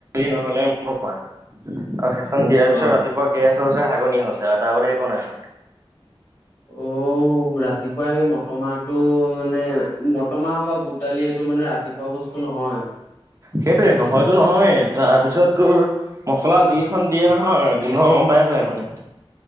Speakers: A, on the right (about 30°); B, on the left (about 20°).
A: নহলে মো আৰু সেইখন দিয়াৰ পিছত
B: অ
A: ৰাতি পুৱা গেছ হৈছে হাগনি হৈছে আৰু তাৰ বাদে একো নাই হোৱা
B: অঔ উ ৰাতিপুৱাই সেই মটৰ মাহটো মানে মটৰ মাহ বা বুট দালি এইটো মানে ৰাতিপুৱা বস্তু নহয়
A: সেইটোয়ে নহয়তো নহয়েই তাৰপিছত তোৰ মচলা যি খন দিয়ে নহয় গোন্ধ গম পাই যায় মানে